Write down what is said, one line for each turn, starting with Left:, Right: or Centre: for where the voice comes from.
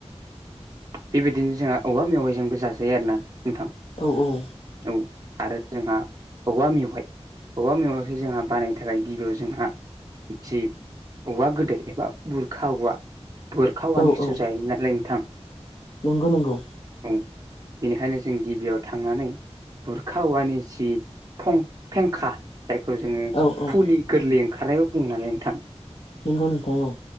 Right: बेबायदिनो जोंहा औबवा मेवाइजोंबो जाजायो आरो ना नोंथां
Left: औ औ
Right: औ आरो जोंहा औवा मेवाइ औआ मेवायखौ जोंहा बानायनो थाखाय गिबियाव जोंहा जि औवा गोदोर एबा बुरखा औवा बुरखा औआनिखौसी
Left: औ औ
Right: जाय नालाय नोंथां
Left: नंगौ नंगौ
Right: औ बेनिखायनो जों गिबियाव थांनानै बुरखावानि जिं फं फेंखा जायखौ जोङो
Left: औ औ
Right: फुलि गोरलै ओंखारनायबो बुङो नालाय नोंथां
Left: नंगौ नींथां औ